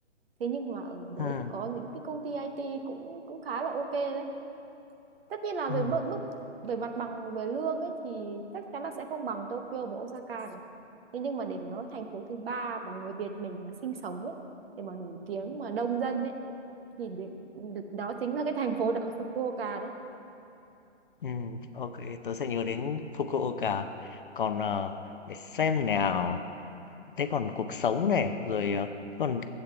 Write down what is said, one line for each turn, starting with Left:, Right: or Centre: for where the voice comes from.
Right: thế nhưng mà ở đấy
Left: ừ,
Right: thì có những cái công ty IT cũng cũng khá là ok đấy tất nhiên là
Left: ừ,
Right: về mức mức về mặt bằng về lương ấy thì chắc chắn là sẽ không bằng Tokyo và Osaka rồi thế nhưng mà để mà nói thành phố thứ ba mà người Việt mình mà sinh sống ấy để mà nổi tiếng mà đông dân ấy thì để- đó chính là cái thành phố đó Fukuoka đấy
Left: ừ. ok tớ sẽ nhớ đến Fukuoka còn ờ, để xem nào Thế còn cuộc sống này, rồi, ờ, thế còn